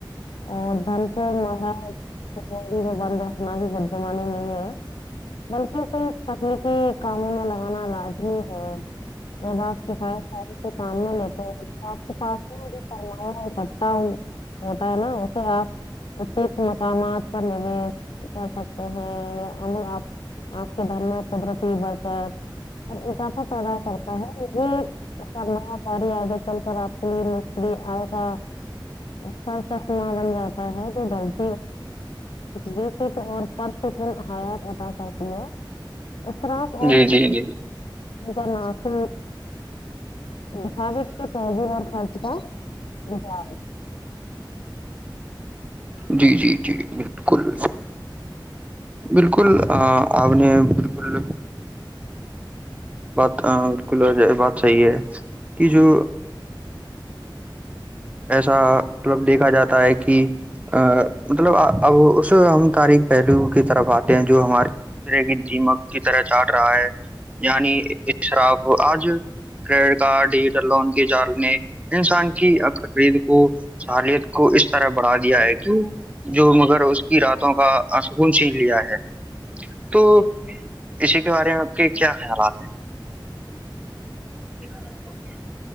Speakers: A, on the left (about 80°); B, on the right (about 15°).
A: اور دن کو ماراجی بند رکھنا بھی بدمانی نہیں ہے بلکہ اسے تکنیکی کاموں میں لگانا لازمی ہے میں ب آپ کے کایا سارے تو کام میں لیتا ہ تو آپ کے پاس کا ہوتا ہے نا اسے آپ اس مقامات پر نویش کر سکتے ہیں ام آپ آپ کے دھر میں قدرتی بڑھتا ہے اور اکافہ پیدا کرتا ہے یہ کرنا ہے ساری آگے چل کر آپ مکلی آئے تھا اھا سمہ بن جاتا ہے جو ڈلتا وتک اور پش کل آیات بتا کرتی ہے اخرق اور
B: جی جی جی
A: ان کا ناسن دکھا دے کے اور خرچ کا ہ ہاں
B: جی جی جی بالکل بالکل بالکل آ نے بالکل بات بال کل بات صحیح ہے کہ جو ایسا مطلب دیکھا جاتا ہے کہ ا مطلب اب اس ہم تاریخ پہلو کی طرف آتے ہیں جو ہماریے اس طرح کی دیمک کی طرح چاٹ رہا ہے یعنی شراف آج کریڈٹ کارڈ ڈیجیٹل لون کی جالنے انسان کی خرید کو سالت کو اس طرح بڑھا دیا ہے کہ جو مگر اس کی راتوں کا سسکون سن لیا ہے تو اسی کے بارے میں آپ کے کیا خیالات ہیں <inaudible>